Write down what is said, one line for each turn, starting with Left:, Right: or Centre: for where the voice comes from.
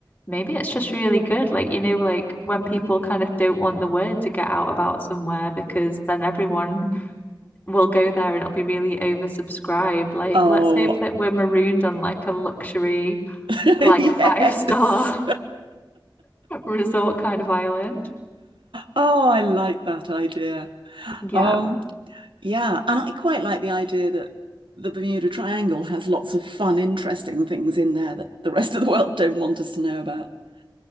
Left: Maybe it's just really good. Like, you know, like when people kind of don't want the word to get out about somewhere because then everyone we'll go there and it'll be really oversubscribed. Like,
Right: Oh,
Left: let's hope that we're marooned on like a luxury,
Right: <laughs>
Left: like five
Right: yes.
Left: star <laughs> resort kind of island.
Right: Oh, I like that idea.
Left: Yeah.
Right: Um, yeah, and I quite like the idea that the Bermuda Triangle has lots of fun, interesting things in there that the rest of the world don't want us to know about. <gasps>